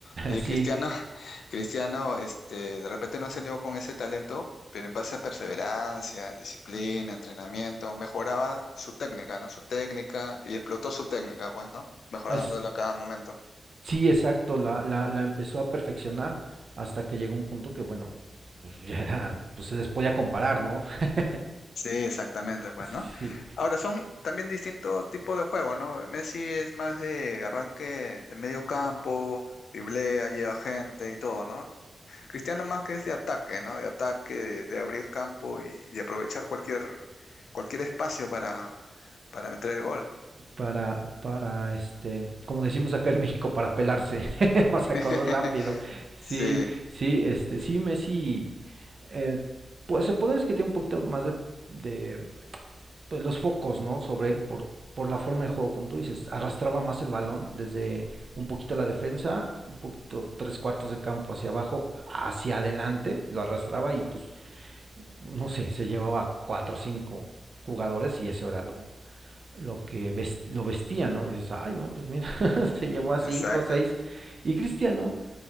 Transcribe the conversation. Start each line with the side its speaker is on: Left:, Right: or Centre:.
Left: Y
Right: <laughs>
Left: Cristiano,
Right: sí,
Left: <laughs> Cristiano, este, de repente no salió con ese talento, pero en base a perseverancia, disciplina, entrenamiento, mejoraba su técnica, ¿no? Su técnica y explotó su técnica, pues, ¿no? Mejorándola
Right: es,
Left: a cada momento.
Right: sí, exacto, la, la, la empezó a perfeccionar hasta que llegó un punto que, bueno, pues ya era, pues se les podía comparar, ¿no? <laughs>
Left: Sí, exactamente, pues,
Right: Sí,
Left: ¿no? Ahora, son también distintos tipos de juego, ¿no? Messi es más de arranque de medio campo, driblea, lleva gente y todo, ¿no? Cristiano más que es de ataque, ¿no? De ataque, de, de abrir campo y de aprovechar cualquier, cualquier espacio para, para meter el gol.
Right: para, para, este, como decimos acá en México, para pelarse, <laughs> vamos
Left: <laughs>
Right: a correr rápido. Sí,
Left: Sí,
Right: sí, este, sí, Messi, eh, pues se puede decir que tiene un poquito más de, de pues, los focos, ¿no? Sobre él por, por la forma de juego, como tú dices, arrastraba más el balón desde un poquito la defensa, un poquito tres cuartos de campo hacia abajo, hacia adelante, lo arrastraba y pues, no sé, se llevaba cuatro o cinco jugadores y eso era lo, lo que ves, lo vestía, ¿no? Dices, ay, no, pues mira, <laughs> se llevó a cinco
Left: exacto.
Right: o seis. Y Cristiano,